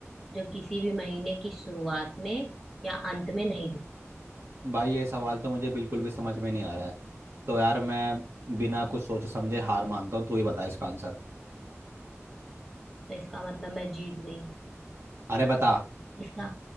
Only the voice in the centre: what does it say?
जो किसी भी महीने की शुरुआत में या अंत में नहीं दिखता
तो इसका मतलब मैं जीत गई
इसका